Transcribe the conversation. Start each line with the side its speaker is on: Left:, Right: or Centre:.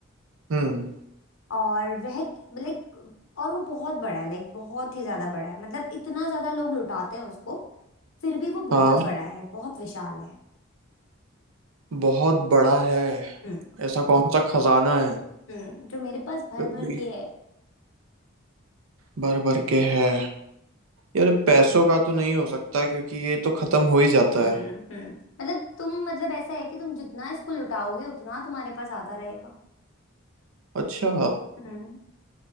Right: हम्म
Left: और वह लाइक और वो बहुत बड़ा है लाइक बहुत ही ज्यादा बड़ा है मतलब इतना ज्यादा लोग लुटाते हैं उसको फिर भी वो बहुत
Right: हाँ
Left: बड़ा है बहुत विशाल है
Right: बहुत बड़ा है
Left: हम्म।
Right: ऐसा कौन सा खजाना है
Left: हम्म जो मेरे पास भर
Right: फिर
Left: भर
Right: भी
Left: के है
Right: भर भर के है यार पैसों का तो नहीं हो सकता क्योंकि ये तो खत्म हो ही जाता
Left: हम्म
Right: है
Left: हम्म मतलब तुम मतलब ऐसा है कि तुम जितना इसको लुटाओगे उतना तुम्हारे पास आता रहेगा
Right: अच्छा
Left: हम्म